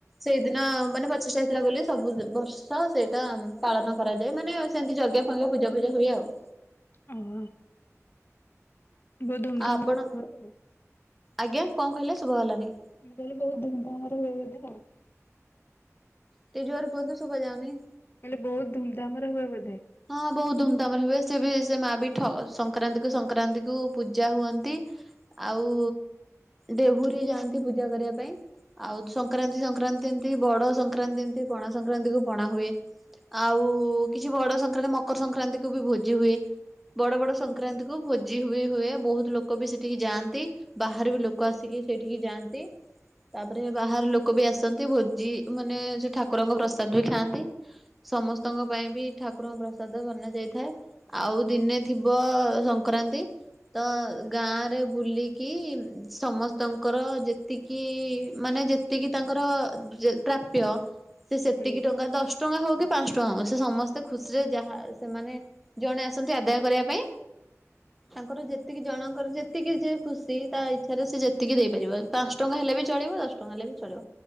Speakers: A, in the centre; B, on the left.
A: ସେଇଦିନ ମାନେ ପଚିଷ୍ଟା ହେଇଥିଲା ବୋଲି ସବୁ ବର୍ଷ ସେଇଟା ପାଳନ କରାଯାଏ। ଏ ମାନେ ସେମିତି ଯଜ୍ଞ ଫଜ୍ଞ ପୂଜା ପୂଜି ହୁଏ ଆଉ।
B: ଓହୋ। ବହୁତ
A: ଆଉ
B: ଧୁମଧାମରେ
A: ଆପଣ
B: ହୁଏ।
A: ଆଜ୍ଞା କଣ କହିଲେ ଶୁଭା ଗଲାନି।
B: ମୁଁ କହିଲି ବହୁତ ଧୁମ ଧାମରେ ହୁଏ ବୋଧେ ଆଉ
A: ଟିକେ ଜୋର କୁହନ୍ତୁ ଶୁବାଯାଉନି।
B: ମୁଁ କହିଲି ବହୁତ ଧୁମଧାମରେ ହୁଏ ବୋଧେ।
A: ହଁ ବହୁତ ଧୁମଧାମରେ ହୁଏ ।ସେ ବି ସେ ମା ବି ଠ ସଂକ୍ରାନ୍ତି କୁ ସଂକ୍ରାନ୍ତି କୁ ପୂଜା ହୁଅନ୍ତି। ଆଉ ଦେହୁରି ଯାଆନ୍ତି ପୂଜା କରିବା ପାଇଁ। ଆଉ ସଂକ୍ରାନ୍ତି ସଂକ୍ରାନ୍ତି ଏମତି ବଡ ସଂକ୍ରାନ୍ତି ଏମିତି ପଣା ସଂକ୍ରାନ୍ତି କୁ ପଣା ହୁଏ। ଆଉ କୁ, କିଛି ବଡ ସଂକ୍ରାନ୍ତି ମକର ସଂକ୍ରାନ୍ତି କୁ ବି ଭୋଜି ହୁଏ। ବଡ ବଡ ସଂକ୍ରାନ୍ତି କୁ ଭୋଜି ହୁଏ ହୁଏ ।ବହୁତ ଲୋକ ବି ସେଠିକି ଯାଆନ୍ତି, ବାହାର ବି ଲୋ ଲୋକ ଆସିକି ସେଇଠିକି ଯାଆନ୍ତି। ତାପରେ ବାହାର ଲୋକ ବି ଆସନ୍ତି ।ଭୋଜି ମାନେ ସେ ଠାକୁରଙ୍କ ପ୍ରସାଦ ବି ଖାଆନ୍ତି। ସମ ସ୍ତଙ୍କ ପାଇଁ ବି ଠା କୁରଙ୍କ ପ୍ରସାଦ ବନା ଯାଇଥାଏ ।ଆଉ ଦିନେ ଥିବ ସଂକ୍ରାନ୍ତି ତ ଗାଁରେ ବୁଲିକି ସମସ୍ତଙ୍କର ଯେତିକି ମାନେ ନେ ଯେତିକି ତାଙ୍କର ଅ ଯ ପ୍ରାପ୍ୟ। ସେ ସେତିକି
B: ହୁଁ।
A: ଟଙ୍କା ଦଶ ଟଙ୍କା ହଉ କି ପାଞ୍ଚ ଟଙ୍କା ହଉ, ସେ ସମ ସ୍ତେ ଖୁସିରେ ଯାହା ସେମାନେ ଜଣେ ଆସନ୍ତି ଆଦାୟ କରିବା ପାଇଁ। ତାଙ୍କର ଯେତିକି ଜଣଙ୍କର ଯେତିକି ଯିଏ ଖୁସି ।ତା ଇଚ୍ଛାରେ ସେ ଯେତିକି ଦେଇପାରିବ ପାଞ୍ଚ ଟଙ୍କା ହେ ଲେ ବି ଚଳିବ ଦଶ ଟଙ୍କା ହେଲେ ବି ଚଳିବ।